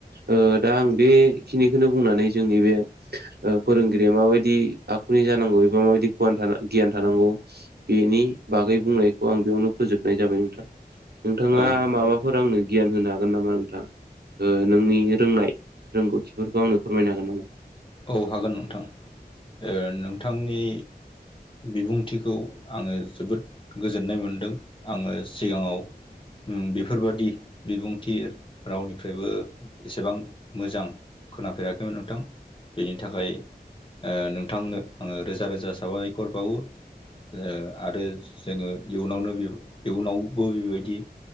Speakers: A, on the right; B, on the left.
A: ओ दा आं बेखिनिखौनो बुंनानै जोंनि बे। ओ फोरोंगिरिया माबायदि आखुनि जानांगौ एबा माबायदि गियान थानांगौ बेनि बागै बुंनायखौ आं बेयावनो फोजोबनाय जाबाय नोंथां। नोंथाङा
B: औ
A: माबाफोर आंनो गियान होनो हागोन नामा नोंथां? ओ नोंनि रोंनाय रोंगौथिफोरखौ आंनो फोरमायनो हागोन नामा?
B: औ हागोन नोंथां ओ नोंथांनि। बिबुंथिखौ आङो जोबोद गोजोननाय मोनदों आङो सिगाङाव बेफोरबादि बिबुंथि रावनिफ्रायबो एसेबां मोजां। खोनाफेराखैमोन नोंथां। बेनि थाखाय नोंथांनो आंङो रोजा रोजा साबायखर बावो। ओ आरो जोङो इयुनावनो इयुनावबो बेबायदि।